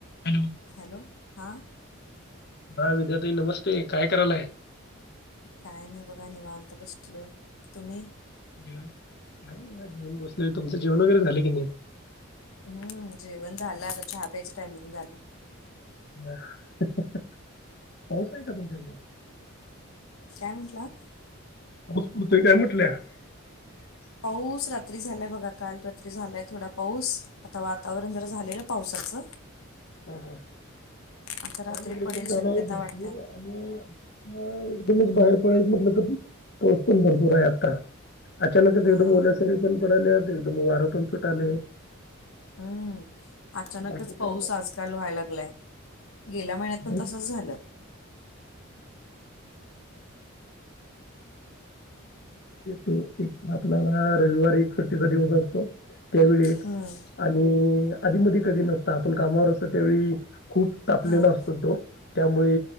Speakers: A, on the left (about 50°); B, on the left (about 80°).
A: Hello.
B: Hello हा
A: दहा विद्यार्थी. ताई नमस्ते काय करायलाय?
B: काय नाही बघा निवांत बसलोय... तुम्ही
A: जेवून बसलोय. तुमचं जेवण वगैरे झाले की नाही?
B: हं जेवण झालं आता... चहा प्यायचं टायमिंग झालं.
A: <inaudible> पाऊस आहे का तुमच्या इकडे?
B: काय म्हंटलात.
A: <unintelligible>
B: पाऊस रात्री झालाय बघा. काल रात्री झालाय थोडा पाऊस आता वातावरण जर झालेलं पावसाचं
A: हा
B: आता
A: काल
B: रात्री
A: इकडे
B: पडेल
A: पण झाला
B: शक्यता
A: भरपूर
B: वाटत्या
A: आणि ह एकदमच बाहेर पडायचा म्हटलं तर, पाऊस पण भरपूर आहे आता. अचानक च एकदम
B: हां
A: ओल्या साडीतून पडालात, एकदम वारं पण सुटालय.
B: हं. अचानकच
A: बाकी काय
B: पाऊसज
A: मग?
B: आज काल व्हय लागलाय. गेल्या महिन्यात पण,
A: आहे
B: तसच झालं.
A: तो एक आपल्याला रविवार एकसट्टीचा दिवस असतो. त्या वेळी एक,
B: हं,
A: आणि आधी मध्ये कधी नसता आपण कामावर असो त्यावेळी खूप तापलेला
B: हां
A: असतो तो त्यामुळे